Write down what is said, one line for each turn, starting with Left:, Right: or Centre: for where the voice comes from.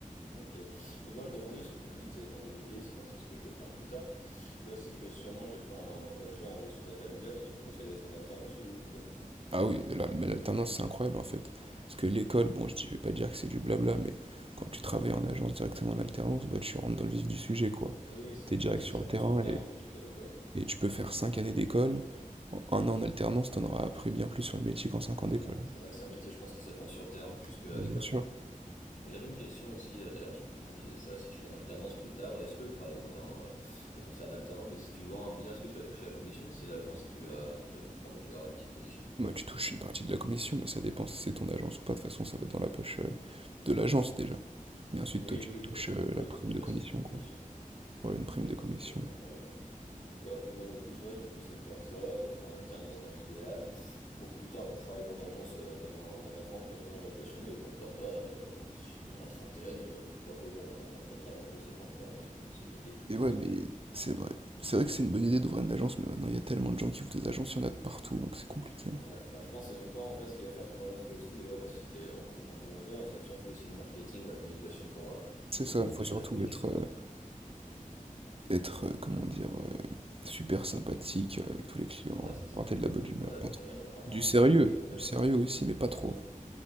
Left: Ok. Et moi, je rebondis parce que tu me dis, t'es dans l'immobilier, c'est moi, c'est ce que je veux faire plus tard. Là, c'est que sûrement, j'ai fait un bachelor en gestion d'affaires immobilières. Toi, tu me conseilles d'être en alternance ou pas du tout?
Right: Ah oui, la- mais l'alternance, c'est incroyable en fait. Parce que l'école,
Left: Mhm.
Right: bon, je, dis- je vais pas dire que c'est du blabla, mais quand tu travailles en agence directement en alternance, bah, tu rentres dans le vif du sujet, quoi.
Left: Oui, c'est
Right: T'es
Left: un
Right: direct
Left: métier
Right: sur
Left: qui s'apprend
Right: le terrain
Left: sur le terrain
Right: et,
Left: plutôt qu'à l'école, quoi.
Right: et tu peux faire 5 années d'école. En un
Left: Mmh.
Right: an en alternance, t'en auras appris bien plus sur le métier qu'en 5
Left: Ouais,
Right: ans d'école.
Left: bah, c'est vrai que c'est un métier, je pense, qui s'apprend sur le terrain plus qu'à
Right: Bah,
Left: l'école.
Right: bien sûr.
Left: J'avais une question aussi, euh, d'ailleurs, parce que je me disais ça, si je suis en alternance plus tard, est-ce que, par exemple, t'as, un, euh, t'as ton salaire d'alternant, mais si tu vends un bien, est-ce que tu vas toucher la commission ou c'est l'agence qui va, qui va tout prendre, tu vas avoir une petite commission?
Right: Moi, tu touches une partie de la commission, mais ça dépend si c'est ton agence ou pas. De toute façon, ça va dans la poche euh, de l'agence déjà. Mais ensuite,
Left: Oui,
Right: toi, tu
Left: oui,
Right: touches
Left: mais
Right: euh,
Left: des fois,
Right: la
Left: ils
Right: prime
Left: peuvent te passer
Right: de commission,
Left: une petite commission.
Right: quoi. Voilà, une prime
Left: Ok,
Right: de
Left: bah,
Right: commission.
Left: ça peut être sympa, bah. Ouais, après moi mon but ouais du coup c'est faire ça, d'être en alternance dans l'idéal, pour plus tard bah, travailler en agence euh, dans, dans la vente, pas trop dans la location, et pourquoi pas, euh, si, dans la trentaine, euh, pourquoi pas ouvrir ma, ma propre agence, je sais pas encore, mais c'est une idée qui me
Right: Et
Left: trotte
Right: ouais, mais
Left: en tête.
Right: c'est vrai. C'est vrai que c'est une bonne idée d'ouvrir une agence, mais maintenant, il y a tellement de gens qui ouvrent des agences, il y en a de partout, donc c'est compliqué. hein.
Left: Ouais, bah je pense que c'est même pas en fait ce qui va faire que ton agence réussisse déjà, bah si t'es un, un bon vendeur, et ça va être surtout aussi le marketing, la communication pour euh,
Right: C'est
Left: donner
Right: ça,
Left: de la visibilité
Right: il faut surtout
Left: à ton agence.
Right: être, euh, être, euh, comment dire, euh, super sympathique euh, avec tous les clients,
Left: Ouais, c'est ça.
Right: porter de la bonne humeur,
Left: Ouais,
Right: pas trop.
Left: t'as- avoir
Right: Du
Left: un
Right: sérieux,
Left: sens de la clientèle.
Right: du sérieux aussi, mais pas trop.
Left: Mm.